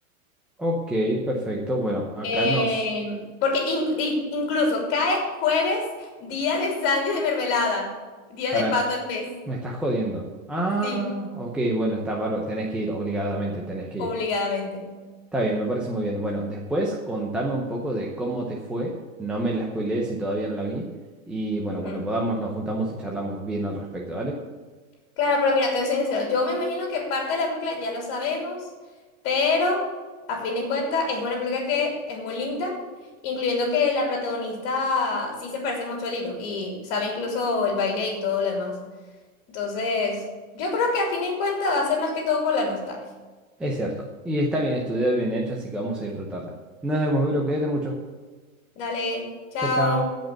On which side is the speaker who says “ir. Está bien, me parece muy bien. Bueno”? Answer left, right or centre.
Centre